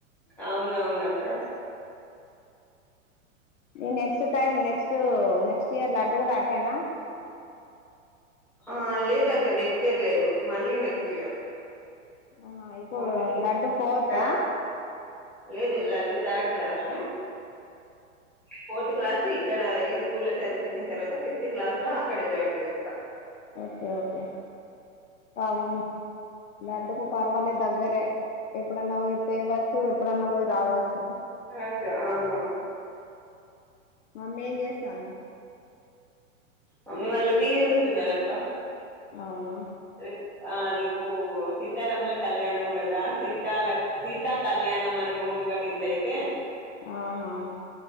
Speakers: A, in the centre; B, on the left.
A: అవునవునక్క.
B: ఇగ next time next to next year Laddu గుడా అటేనా?
A: ఆ లేదక్క నెక్స్ట్ ఇయర్ లేదు, మళ్ళీ నెక్స్ట్ ఇయర్.
B: అహా ఇప్పుడ్
A: ఫోర్త్
B: లడ్డు ఫోర్తా?
A: ఇక్కడ లేదు Laddu third class fourth class ఇక్కడ ఈ స్కూల్ లో చదిపిచిన్తర్వాత ఫిఫ్త్ క్లాస్ లో అక్కడ జాయిన్ జేస్తా.
B: ఓకే ఓకే అవు మీ లడ్డుకు పర్వాలే దగ్గరే ఎప్పుడన్నా పోయి తేవచ్చు, ఎప్పుడన్నా పోయి రావచ్చు.
A: అచ్చ అవును
B: మమ్మేం జేస్తాంది?
A: మమ్మీ వాళ్ళు టీ వీ జూస్తున్నరక్క
B: అవున
A: ఉమ్ ఆ రేపూ సీతారాముల కళ్యాణం గా, సీత లక్ సీతా కళ్యాణ కనమని మూర్ల కిందైతే
B: ఆహా